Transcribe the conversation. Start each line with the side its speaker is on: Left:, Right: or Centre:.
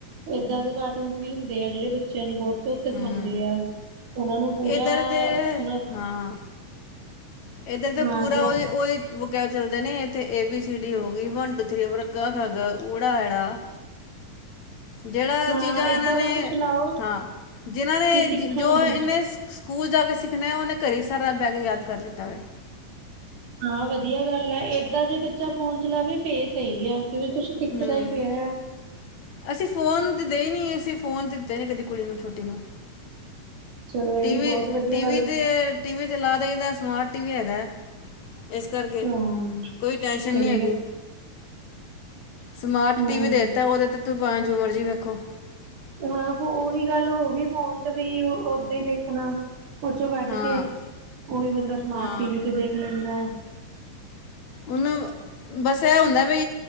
Right: ਏਦਾਂ ਦੇ ਕਾਰਟੂਨ ਵੀ ਹੁੰਦੇ ਆ ਜਿਹੜੇ ਬੱਚਿਆਂ ਨੂੰ ਬਹੁਤ ਕੁਛ ਸਿਖਾਉਂਦੇ
Left: ਹਮ
Right: ਆ। ਉਹਨਾਂ ਨੂੰ ਪੂਰਾ
Left: ਇੱਧਰ ਤੇ
Right: ਉਹਨਾਂ
Left: ਹਾਂ ਇੱਧਰ ਤੇ
Right: ਹਾਂ
Left: ਪੂਰਾ
Right: ਜੇ
Left: ਉਹੀ ਉਹੀ ਕਿਆ ਚੱਲਦੇ ਨੇ ਇੱਥੇ ਏ ਬੀ ਸੀ ਡੀ ਹੋ ਗਈ ਵਨ ਟੂ ਥਰੀ ਫਿਰ ਕਾ ਖਾ ਗਾ ਉ ਐੜਾ। ਜਿਹੜਾ
Right: ਹਾਂ
Left: ਚੀਜ਼ਾਂ
Right: ਏਦਾਂ
Left: ਇਹਨਾਂ ਨੇ
Right: ਦਾ ਕੁਛ ਲਾਓ
Left: ਹਾਂ ਜਿਨਾਂ ਨੇ
Right: ਵੀ ਸਿੱਖਣ
Left: ਜੋ
Right: ਉਹ
Left: ਇਨੇ ਸਕੂਲ ਜਾ ਕੇ ਸਿੱਖਣਾ ਉਹਨੇ ਘਰੇ ਸਾਰਾ ਬਹਿ ਕੇ ਯਾਦ ਕਰ ਲਤਾ ਹੋ।
Right: ਹਾਂ ਵਧੀਆ ਗੱਲ ਆ ਏਦਾਂ ਜੇ ਬੱਚਾ ਫੋਨ ਚਲਾਵੇ ਫੇਰ ਸਹੀ ਆ। ਕਿਉਕਿ ਕੁਛ ਸਿੱਖਦਾ
Left: ਹੂੰ
Right: ਹੀ ਪਿਆ ਆ।
Left: ਅਸੀਂ ਫੋਨ ਦੇ ਹੀ ਨੀ ਅਸੀਂ ਫੋਨ ਤੇ ਦਿੱਤੇ ਨ ਕਦੀ ਕੁੜੀ ਨੂੰ ਛੋਟੀ ਨੂੰ
Right: ਚਲੋ ਇਹ
Left: ਟੀਵੀ
Right: ਵੀ ਬਹੁਤ ਵਧੀਆ ਗੱਲ
Left: ਤੇ ਟੀਵੀ ਤੇ ਲਾ ਦੇਈਦਾ। ਸਮਾਰਟ ਟੀ ਵੀ ਹੈਗਾ। ਇਸ ਕਰਕੇ
Right: ਹਾਂ
Left: ਕੋਈ ਟੈਂਸ਼ਨ
Right: ਸਹੀ
Left: ਨਹੀਂ ਹੈਗੀ
Right: ਹੈ
Left: ਸਮਾਰਟ
Right: ਹਮ
Left: ਟੀ ਵੀ ਦੇ ਦਿੱਤਾ ਉਹਦੇ ਤੇ ਤੂੰ ਪੰਜ ਜੋ ਮਰਜ਼ੀ ਵੇਖੋ।
Right: ਹਾਂ ਓਹ ਉਹੀ ਗੱਲ ਹੋ ਗਈ, ਫੋਨ ਚ ਵੀ ਓਹਦਾਂ ਹੀ ਦੇਖਨਾ। ਉਹ ਚੋ ਕੱਢ
Left: ਹਾਂ
Right: ਕੇ, ਉਹੀ ਬੰਦਾ ਸਮਾਰਟ
Left: ਹਾਂ
Right: ਟੀ ਵੀ ਤੇ ਦੇਖ ਲੈਂਦਾ ਏ।
Left: ਉਹ ਨਾ ਬ ਬਸ ਇਹ ਹੁੰਦਾ ਵੀ